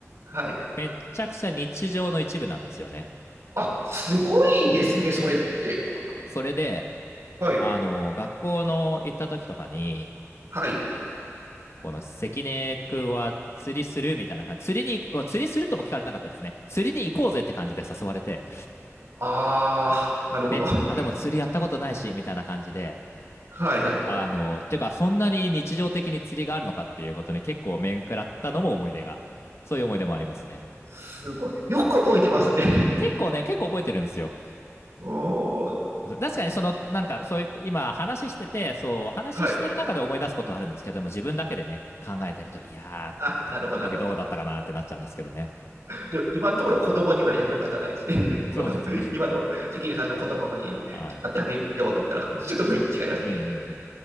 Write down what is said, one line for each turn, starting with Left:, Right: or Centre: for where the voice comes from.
Right: はい。
Left: めちゃくちゃ日常の一部なんですよね。
Right: あ、すごいですね、それって。
Left: それで、
Right: はい、
Left: あの、学校の行った時とかに、
Right: はい。
Left: この関根くんは釣りするみたいな感じ。釣りに行く、釣りするとも聞かれなかったですね。釣りに行こうぜって感じで誘われて。
Right: ああ、なるほど。
Left: で、
Right: は
Left: あ、でも釣りやったことないし、みたいな感じで。
Right: いはい。
Left: あの、ていうか、そんなに日常的に釣りがあるのかっていうことに結構面食らったのも思い出が、そういう思い出もありますね。
Right: すごい。よく覚えてますね。
Left: 結構ね、結構覚えてるんですよ。
Right: <laughs> おー、
Left: 確かにその、なんかそういう、今話してて、そう、話してる中で思い出すことはあるんですけども、
Right: はい。
Left: 自分だけでね、考えてると、いやー、
Right: あ、なるほど、
Left: この時どうだったかなってなっちゃうんですけどね。
Right: なるほど。でも今のところ子供には役に立たないですね。<laughs> この今の関根さんの子供に当てはめようと思ったら、
Left: そうですね。<laughs> はい。
Right: <laughs> ちょっと違いますね。
Left: そうです。うんうんうん。